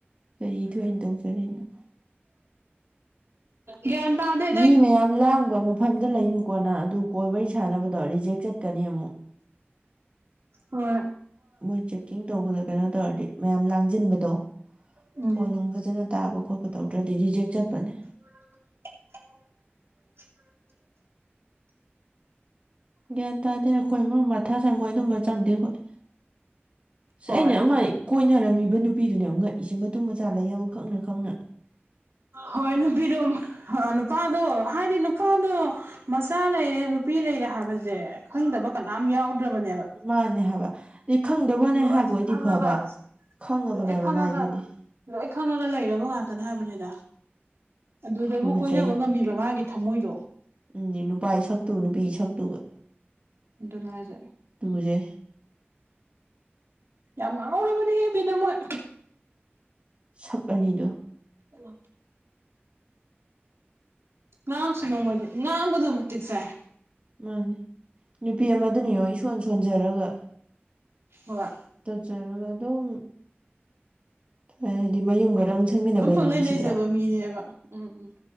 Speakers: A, on the right (about 30°); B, on the right (about 80°).
A: ꯀꯔꯤ ꯊꯣꯛꯑꯦꯅ ꯇꯧꯖꯔꯤꯅꯣ꯫
B: ꯒ꯭ꯌꯥꯟ ꯇꯥꯗꯦ꯫
A: ꯃꯤ ꯃꯌꯥꯝ ꯂꯥꯡꯕ ꯃꯐꯝꯗ ꯂꯩꯅꯨꯀꯣꯅ ꯑꯗꯨ ꯀꯣꯜ ꯋꯥꯔꯤ ꯁꯥꯟꯅꯕꯗꯣ ꯔꯤꯖꯦꯛ ꯆꯠꯀꯅꯤ ꯑꯃꯨꯛ꯫
B: ꯍꯣꯏ꯫
A: ꯃꯣꯏ ꯆꯦꯛꯀꯤꯡ ꯇꯧꯕꯗ ꯀꯩꯅꯣ ꯇꯧꯔꯗꯤ ꯃꯌꯥꯝ ꯂꯥꯡꯖꯤꯟꯕꯗꯣ
B: ꯎꯝ
A: ꯐꯣꯟꯅꯨꯡ꯫ ꯐꯖꯅ ꯇꯥꯕ ꯈꯣꯠꯄ ꯇꯧꯗ꯭ꯔꯗꯤ ꯔꯤꯖꯦꯛ ꯆꯠꯄꯅꯦ꯫
B: <unintelligible>
A: ꯒ꯭ꯌꯥꯟ ꯇꯥꯗꯦ ꯑꯩꯈꯣꯏ ꯃꯥ ꯃꯊꯥ ꯁꯥꯏ ꯃꯣꯏ ꯑꯗꯨꯝꯕ ꯆꯪꯗꯦ ꯑꯩꯈꯣꯏ꯫ ꯁꯦ
B: ꯍꯣꯏ
A: ꯑꯩꯅ ꯑꯃ ꯀꯣꯏꯅꯔꯝꯃꯤꯕ ꯅꯨꯄꯤꯗꯨꯅꯦ ꯌꯥꯝ ꯉꯛꯏꯁꯦ ꯃꯇꯨ ꯃꯆꯥ ꯂꯩꯑꯕ ꯈꯪꯅ ꯈꯪꯅ꯫
B: ꯍꯣꯏ ꯅꯨꯄꯤꯗꯣ ꯅꯨꯄꯥꯗꯣ ꯍꯥꯏꯗꯤ ꯅꯨꯄꯥꯗꯣ꯫ ꯃꯆꯥ ꯂꯩꯔꯦ ꯅꯨꯄꯤ ꯂꯩꯔꯦ ꯍꯥꯏꯕꯁꯦ ꯈꯪꯗꯕ ꯀꯅꯥꯝ ꯌꯥꯎꯗ꯭ꯔꯕꯅꯦꯕ꯫
A: ꯃꯥꯅꯦ ꯍꯥꯏꯕ ꯑ ꯈꯪꯗꯕꯅꯦ
B: ꯂꯣꯏ
A: ꯍꯥꯏꯕ ꯑꯣꯏꯗꯤ
B: ꯈꯪꯉꯒ
A: ꯐꯕ ꯈꯪꯉꯕꯅꯦꯕ
B: ꯂꯣꯏ ꯈꯪꯉꯒ
A: ꯃꯥꯏꯗꯨꯗꯤ꯫
B: ꯂꯣꯏ ꯈꯪꯉꯒ ꯂꯩꯔꯕ ꯉꯥꯛꯇꯅꯦ ꯍꯥꯏꯕꯅꯤꯗ ꯑꯗꯨꯗꯕꯨ
A: ꯇꯨꯒꯠꯆꯩ
B: ꯀꯣꯏꯅꯕ ꯉꯝꯃꯤꯕ꯫ <unintelligible> ꯒꯤ ꯊꯝꯃꯣꯏꯗꯣ꯫
A: ꯎꯝ ꯅꯨꯄꯥꯥꯏ ꯁꯛꯇꯨ ꯅꯨꯄꯤ ꯁꯛꯇꯨꯒ꯫
B: ꯑꯗꯨꯅꯦ ꯍꯥꯏꯁꯦ꯫
A: ꯇꯨꯖꯦ꯫
B: ꯌꯥꯝ ꯉꯥꯎꯔꯕꯅꯦꯕꯤꯗꯃꯣꯏ꯫
A: ꯁꯛ ꯑꯅꯤꯗꯣ꯫
B: ꯋꯥ꯫ ꯉꯥꯡꯁꯅꯨ ꯃꯣꯏꯗꯤ ꯉꯥꯡꯕꯗ ꯃꯇꯤꯛ ꯆꯥꯏ꯫
A: ꯃꯥꯅꯦ ꯅꯨꯄꯤ ꯑꯃꯗꯨꯅ ꯌꯦꯉꯣ ꯏꯁꯣꯟ ꯁꯣꯟꯖꯔꯒ꯫
B: ꯍꯣꯏ꯫
A: ꯇꯧꯆꯔꯒ ꯑꯗꯨꯝ꯫ ꯍꯥꯏꯗꯤ ꯃꯌꯨꯝꯒ ꯔꯪ ꯁꯪꯃꯤꯟꯅꯕꯩꯗꯣ
B: ꯑꯗꯨꯝ ꯄꯪꯂꯩ
A: ꯅꯨꯡꯁꯤꯗ꯭ꯔꯥ꯫
B: ꯂꯩꯖꯕ ꯃꯤꯅꯦꯕ ꯎꯝ ꯎꯝ